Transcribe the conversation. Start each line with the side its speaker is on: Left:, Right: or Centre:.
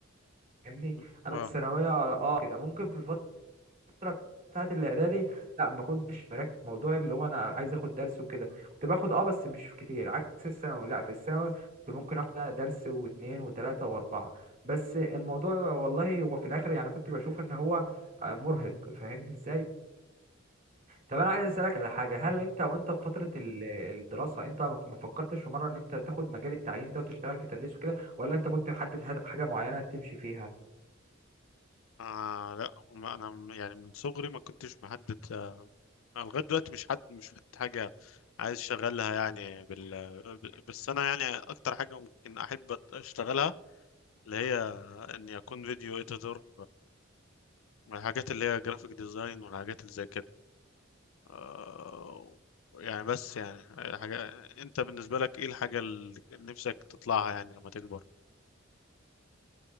Right: فاهمني
Left: م-
Right: انا
Left: اه
Right: في الثانويه اه كده ممكن في الفتره الفترة بتاعت الإعدادي لا ما كنتش مركز في موضوع اللي هو أنا عايز آخد درس وكده كنت باخد أه بس مش كتير عكس الثانوي لا في الثانوي كنت ممكن آخد درس واتنين وتلاتة وأربعة بس الموضوع والله هو في الآخر يعني كنت بشوف إن هو آه، مرهق فاهمني إزاي؟ طب أنا عايز أسألك على حاجة هل أنت وأنت في فترة ال- الدراسة أنت ما ما فكرتش في مرة إن أنت تاخد مجال التعليم ده وتشتغل في التدريس وكده ولا أنت كنت محدد هد- حاجة معينة تمشي فيها؟
Left: آه لا ما انا م- يعني من صغري ما كنتش محدد آه، أنا لغايه دلوقتي مش حد مش حد حاجه عايز اشتغلها يعني بال ب- بس انا يعني اكتر حاجه ممكن احب أت- اشتغلها اللي هي اني اكون فيديو اديتور الحاجات اللي هي جرافيك ديزاين والحاجات اللي زي كده آه يعني بس يعني حاجه انت بالنسبه لك ايه الحاجه اللي نفسك تطلعها يعني لما تكبر